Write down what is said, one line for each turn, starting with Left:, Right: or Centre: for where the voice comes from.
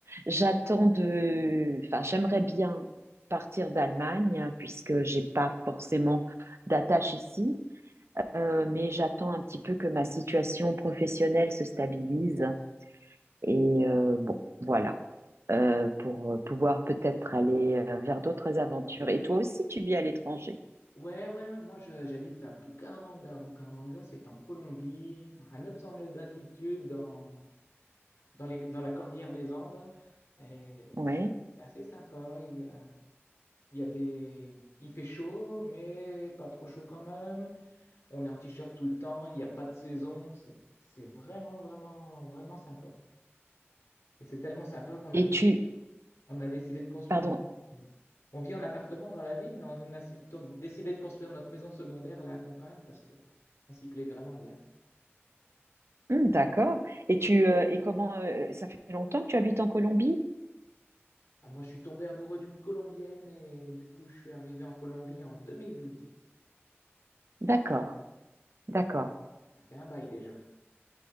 Right: J'attends de, enfin, j'aimerais bien partir d'Allemagne hein, puisque j'ai pas forcément d'attache ici, Euh, mais j'attends un petit peu que ma situation professionnelle se stabilise et euh, bon, voilà, Euh, pour euh, pouvoir peut-être aller euh, vers d'autres aventures. Et toi aussi, tu vis à l'étranger,
Left: Ouais, ouais, ouais, moi je- j'habite à Bucaramanga. Bucaramanga, c'est en Colombie, à 900 mètres d'altitude, dans, dans les, dans la cordillère des Andes. Et
Right: ouais.
Left: c'est assez sympa. Il y a, il y a des... Il fait chaud, mais pas trop chaud quand même. On est en t-shirt tout le temps. Il n'y a pas de saison. C'est c'est vraiment, vraiment, vraiment sympa. Et c'est tellement sympa qu'on
Right: Et
Left: a, décidé-
Right: tu,
Left: on a décidé de construire...
Right: pardon.
Left: On vit en appartement dans la ville, mais on a si- ton- décidé de construire notre maison secondaire à la campagne parce que on s'y plaît vraiment bien.
Right: Hum, d'accord. Et tu euh, et comment euh, ça fait longtemps que tu habites en Colombie?
Left: Ah, moi, je suis tombé amoureux d'une Colombienne et du coup, je suis arrivé en Colombie en 2012.
Right: D'accord, d'accord.
Left: Ça fait un bail déjà.